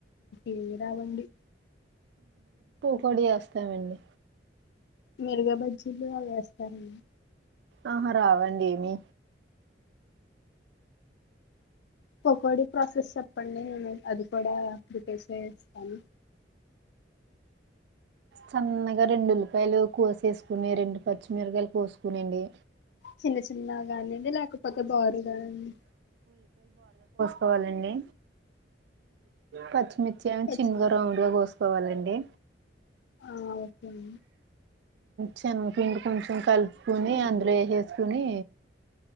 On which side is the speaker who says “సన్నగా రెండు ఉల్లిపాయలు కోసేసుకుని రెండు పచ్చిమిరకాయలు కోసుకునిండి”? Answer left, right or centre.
Right